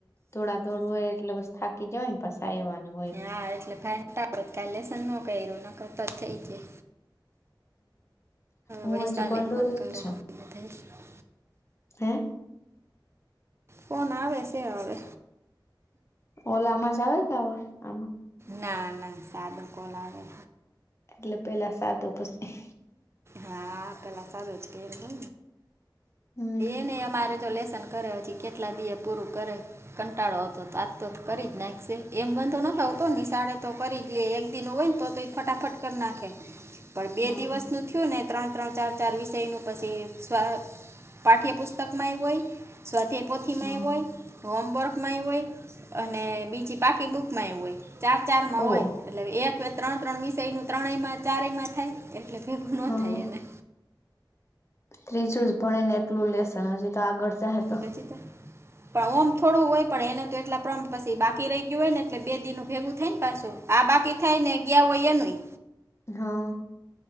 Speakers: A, on the left (about 35°); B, on the right (about 35°).
A: ધોડાધોડું હોય એટલે બસ થાકી જવાય ને પછા એવાના.
B: હા એટલે ફાઈડ <inaudible> લેસન નો કયરું ન કરતો જ થઇ જાય.
A: હું
B: વૈશાલી
A: આજે ભંડોરે
B: ફોન
A: છું.
B: <unintelligible>
A: હે.
B: ફોન આવે સે હવે.
A: ઓલામાં જાવે ટાવર આમાં.
B: ના ના સાદો કોલ આવે.
A: એટલે પેલા સાદો પછી.
B: હા પેલા સાદો ઘેર હોએ ને
A: હમ
B: ઇ ને અમારે. તો લેશન કર્યો હજી કેટલા દિએ પૂરું કરે. કંટાળો આવતો તો આજ તો કરી જ નાખશે એમ વાધો નોતો આવતો નિશાળે તો કરી જ લે એક દિ નો હોય તો. તો ઇ ફટાફટ કરી નાખે પણ બે
A: હા
B: દિવસનું થિવુ ને ત્રણ ત્રણ ચાર ચાર વિષય નું પછી સ્વ પાઠ્યપુસ્તકમાં એવું હોય. સ્વાધાય પોથીમાં
A: હા
B: એવું હોય. હોમવર્કમાં એવું હોય અને બીજી પાકી બુકમાંય હોય. ચાર ચાર માં
A: ઓહ
B: હોય એટલે એક ત્રણ ત્રણ વિષયનું ત્રણેય માં ચારયમાં થાય એટલે. નો
A: હા
B: થાય એને.
A: ત્રીજું જ ભણે ને એટલું લેશેન હજી તો આગળ જાહે તો
B: પછી તો પણ ઓમ થોડું હોય પણ એને તો એટલા પ્રમ પછી બાકી રહી ગયું હોય ને એટલે બે દિનું ભેગું થઈ ને પાછું આ બાકી થાય ને ગયા હોય એ નહી.
A: હા.